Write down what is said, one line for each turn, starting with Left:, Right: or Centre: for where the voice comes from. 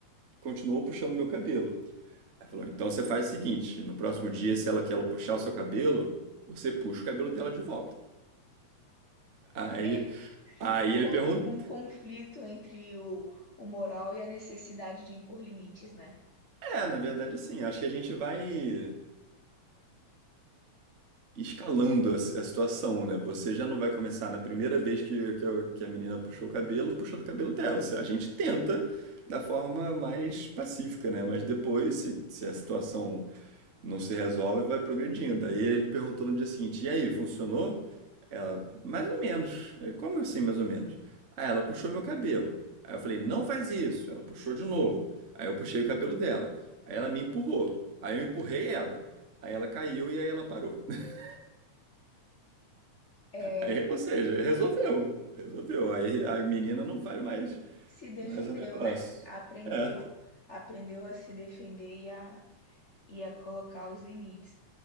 Right: continuou puxando meu cabelo. Aí falou: Então você faz o seguinte: no próximo dia, se ela que ela puxar o seu cabelo, você puxa o cabelo dela de volta. Aí,
Left: É
Right: aí
Left: um,
Right: ele
Left: conf-
Right: perguntou:
Left: um conflito entre o, o moral e a necessidade de impor limites, né?
Right: É, na verdade, assim, acho que a gente vai escalando a, si, a situação, né? Você já não vai começar na primeira vez que, que, a, que a menina puxou o cabelo, puxando o cabelo dela. Se- A gente tenta da forma mais pacífica, né? Mas depois, se, se a situação não se resolve e vai progredindo. Aí ele perguntou no dia seguinte: E aí, funcionou? Ela, mais ou menos. Ele, Como assim, mais ou menos? Aí ela puxou meu cabelo. Aí eu falei: Não faz isso. Ela puxou de novo. Aí eu puxei o cabelo dela. Aí ela me empurrou. Aí eu empurrei ela. Aí ela caiu e aí ela parou. <laughs>
Left: É,
Right: Aí, ou seja, resolveu. Resolveu. Aí a menina não faz mais,
Left: se defendeu,
Right: mais o negócio.
Left: né? Aprendeu,
Right: É,
Left: aprendeu a se defender e a, e a colocar os limites.